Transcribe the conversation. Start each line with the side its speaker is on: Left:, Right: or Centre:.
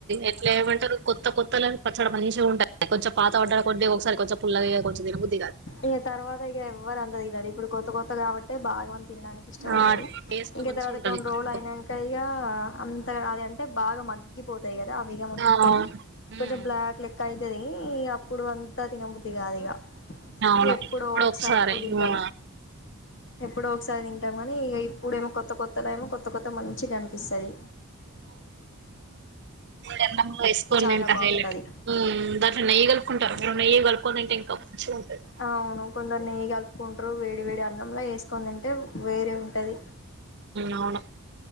Right: ఎట్లా ఏమంటారు కొత్త కొత్తల పచ్చడి మనిషి ఉంటాయి కొంచం పాత పడ్డా కొద్ధి ఒకసారి కొంచెం పుల్లగా ఐపోతుంది తిన్న బుద్
Left: ఇక తర్వాత ఇక ఎవ్వరు అందరు దినరుఇప్పుడు కొత్త కొత్త కాబట్టి తే భాగావంత్ తినడానికి ఇష్టపడతారు
Right: ఆ టేస్ట్
Left: ఇంక
Right: మంచిగా
Left: తర్వాత
Right: ఉంటది
Left: కొన్
Right: కొత్త
Left: రోల్ అయినాక
Right: కొత్త
Left: ఇక అంతగా రాదే అంటే బాగా మగ్గిపోతాయి గాద్ అవిగా మొత్తం
Right: ఆ ఉమ్
Left: కొంచెం బ్లాక్ లెక్క ఐతది ఈ అప్పుడు అంతా తినబుద్ది కాదు ఇక
Right: అవును
Left: ఎప్పుడుఒకసారి
Right: ఎప్పుడో ఒకసారి
Left: అప్పుడు తింటాం
Right: ఆ
Left: ఎప్పుడు ఒకసారి ఇంకా కానీ ఇప్పుడ ఏమో కో కొత్త కొత్త టైమో కొత్త కొత్త మంచి కనిపిస్తుంది
Right: ఎ ఇస్కో
Left: చాలా
Right: నింటా
Left: బాగుంటది
Right: హలిట్ దర నయ్యి కల్కంటారురు నయ్యి కల్కొ నింటా ఇంకా మంచిగా ఉంటది
Left: అవును కొందరిని ఈ అప కుంటారు వేడి వేడి అన్నంలా వేసుకోనింటే వేరే ఉంటది
Right: అవును